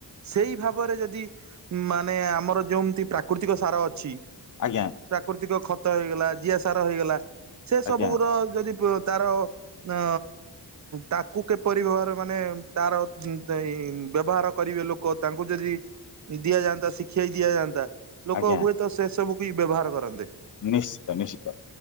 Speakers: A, on the right (about 45°); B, on the left (about 45°).
A: ସେଇ ଭାବରେ ଯଦି ମାନେ ଆମର ଯୋମିତି ପ୍ରାକୃତିକ ସାର ଅଛି।
B: ଆଜ୍ଞା।
A: ପ୍ରାକୃତିକ ଖତ ହେଇଗଲା ଜିଆସାର ହେଇଗଲା ସେ
B: ଆଜ୍ଞା
A: ସବୁୁର ଯଦି ତାର ଅ ତାକୁ କିପରି ବେବହାର ମାନେ ତାର ବ୍ୟବହାର କରିବେ ଲୋକ କୋ ତାଙ୍କୁ ଯଦି ଦିଆ ଯାଆନ୍ତା ତ ଶିଖେଇ ଦିଆଯାନ୍ତା ଲୋକ
B: ଆଜ୍ଞା
A: ହୁଏତ ସେ ସବୁକୁଇ ବ୍ୟବହାର କରନ୍ତେ।
B: ନିଶ୍ଚିତ ନିଶ୍ଚିତ